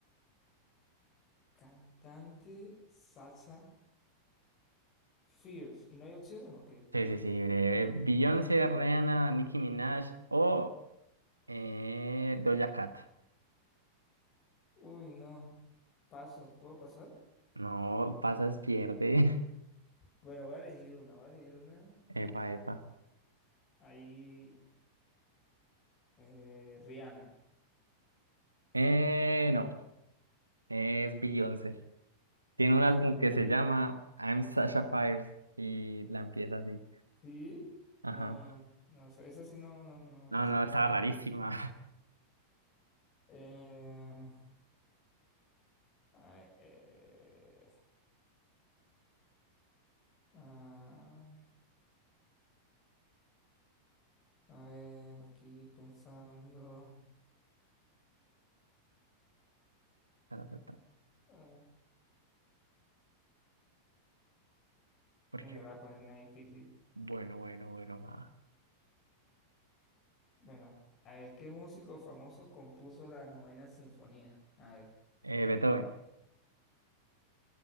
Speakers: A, on the left; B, on the right.
A: cantante Sacha Fierce. ¿Y no hay opciones o qué?
B: Sí, sí, sí, breve. Beyoncé, Rihanna, Nicki Minaj o eh, Doja Cat.
A: Uy, no. Paso, ¿puedo pasar?
B: No, pasas, pierde.
A: Bueno, voy a elegir una, voy a elegir una.
B: <laughs> Epa, epa.
A: Ahí, eh, Rihanna.
B: Eh, no, es Beyoncé. Tiene
A: Ah,
B: un álbum
A: no.
B: que se llama I'm Sasha Fires y la empieza así.
A: ¿Sí?
B: Ajá.
A: No, no, no, esa esa sí no, no, no me
B: No,
A: la sabía.
B: no, estaba rarísima.
A: Eh, A ver, ah, a ver, aquí pensando.
B: <laughs> Ta, ta, ta.
A: ah,
B: Porque,
A: no le voy a poner una difícil.
B: bueno, bueno, bueno, va.
A: Bueno, a ver, ¿qué músico famoso compuso la novena sinfonía? A ver.
B: Eh, Beethoven.